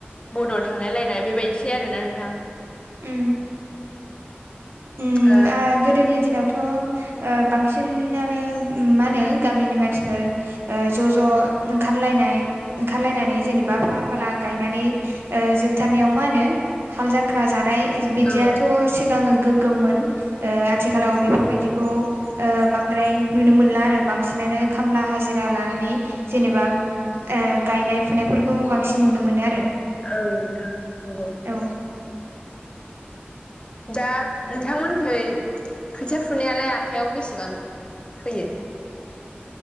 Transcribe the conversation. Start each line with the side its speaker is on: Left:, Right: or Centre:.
Left: बदल थांलायलायनाय बेबायदिसै आरो ना नोंथां।
Right: उम उम
Left: ओ
Right: आ गोदोनि दिनावथ' ओ बांसिनानो उम मा होनो गामिनि मानसिफोर ओ ज' ज' ओंखारलायनाय, ओंखारलायनानै जेनेबा फाला फाला गायनानै ओ जोबथारनायाव मा होनो? हाल जांख्रा जानाय बिदियाथ'
Left: औ
Right: सिगांङो गोग गोममोन। ओ आथिखालाव बेफोरबायदिखौ बांद्राय नुनो मोनला आरो बांसिनानो खामला हाजिरा लानानै जेनेबा ओ गायनाय फुनायफोरखौ बांसिन नुनो मोनो आरो।
Left: औ नोंथां नंगौ।
Right: औ
Left: दा नोंथांमोनखै खोथिया फुनायालाय आखाइयाव बेसेबां होयो?